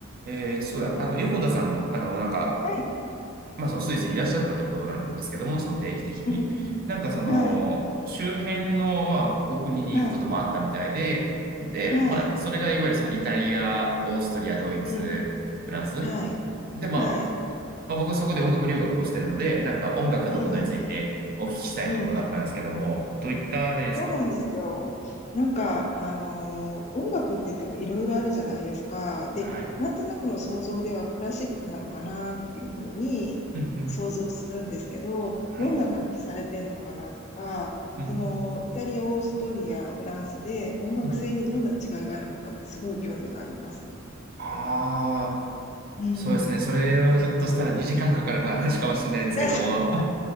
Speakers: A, on the right; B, on the left.
A: えー、そうだ、あの、横田さん、あの、なんか、
B: はい。
A: まあ、そのスイスにいらっしゃったってことなんですけども、その定期的に。
B: うんうん
A: なんか、その、
B: うん。はい。
A: 周辺の、まあ、お国に行くこともあったみたいで、
B: はい。
A: で、
B: はい。
A: まあ、それがいわゆるそのイタリア、オーストリア、ドイツ、
B: うん。
A: フランス。
B: はい。
A: で、まあ、
B: はい。
A: まあ、僕そこで音楽留学をしてるので、なんか音楽のことについてお聞きしたいと伺ったんですけども、
B: うんうんうん。うんうん。
A: どういったねですか
B: そうなんですよ。なんか、あのー音楽って言ってもいろいろあるじゃないですか。で、
A: はい。
B: なんとなくの想像ではクラシックなのかなっていうふうに想像するんですけど、
A: うんうん。はい。
B: どんな楽器されてんのかなとか、
A: うんうん。
B: そのイタリア、オーストリア、フランスで音楽性にどんな違いがあるのかってすごい興味があります。
A: うん。ああ。
B: うん。
A: そうですね。それはひょっとしたら2時間かかる話かもしれないですけども。
B: <laughs> ね
A: <laughs>